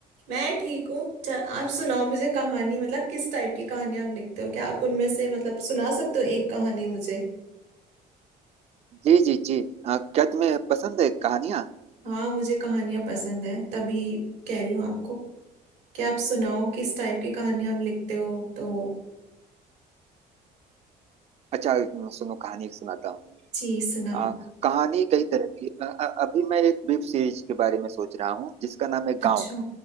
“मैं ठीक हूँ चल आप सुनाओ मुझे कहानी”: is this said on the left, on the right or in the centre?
Right